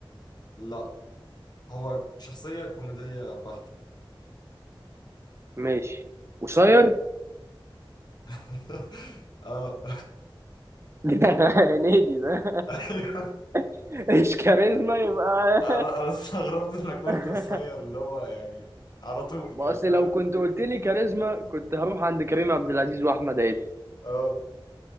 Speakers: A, on the left; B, on the right.
A: لا هو شخصية كوميدية بحتة
B: ماشي قصير
A: <laughs> اه
B: <laughs> هنيدي ده
A: ايوه
B: <laughs> ايش كاريزما يبقى
A: انا انا استغربت انك قلت
B: <laughs>
A: قصير اللي هو يعني على طول كده
B: ما اصل
A: فاهم
B: لو كنت قلت لي كاريزما كنت هروح عند كريم عبد العزيز واحمد عز
A: اه